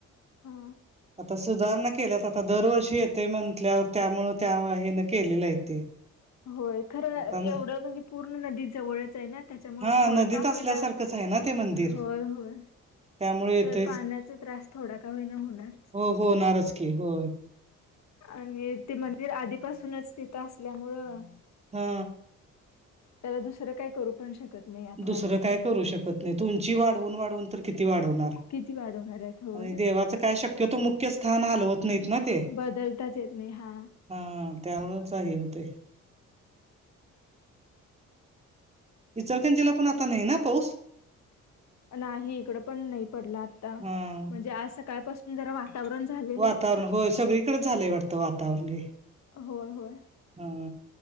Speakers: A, on the left; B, on the right.
A: हा
B: आता सुधारणा केल्यात आता दरवर्षी येते म्हंथल्यावर त्यामुं त्या हेन केलेलं हाय ते.
A: होय खरं
B: म्हणताना
A: एवढं म्हणजे पूर्ण नदी जवळच आहे ना त्याच्यामु
B: हा
A: थोडं
B: नदीत
A: का
B: असल्यासारखंच
A: होय ना
B: आहे ना ते मंदिर
A: होय होय
B: त्यामुळे येतच
A: तर पाण्याचा त्रास थोडा का हो ना होणार
B: हो होणारच की हो
A: आणि ते मंदिर आधीपासूनच तिथं असल्यामुळं
B: हा.
A: त्याला दुसरं काय करू पण शकत नाही आता.
B: दुसरं काय करू शकत नाही त उंची वाढवून वाढवून तर किती वाढवणार.
A: किती वाढवणार आहेत होय.
B: आणि देवाचं काय शक्यतो मुख्य स्थान हलवत नाहीत ना ते
A: बदलताच येत नाही हा.
B: हा त्यामुच आहे होते. इचरकंजीला पण आता नाही ना पाऊस.
A: नाही इकडं पण नाही पडलं आता
B: हा
A: म्हणजे आज सकाळपासून जरा वातावरण झालेलं.
B: वातावरण होय सगळी तकडं झालंय वाटतं वातावरण हे
A: होय होय
B: हा